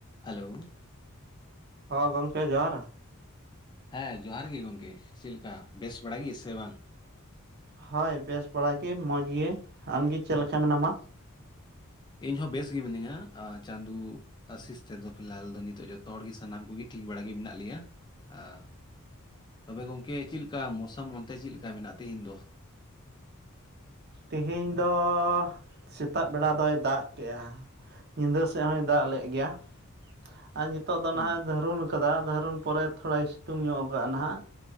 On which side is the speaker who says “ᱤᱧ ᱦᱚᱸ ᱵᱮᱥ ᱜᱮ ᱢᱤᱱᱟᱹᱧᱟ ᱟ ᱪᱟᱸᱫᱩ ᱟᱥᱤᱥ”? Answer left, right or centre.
Left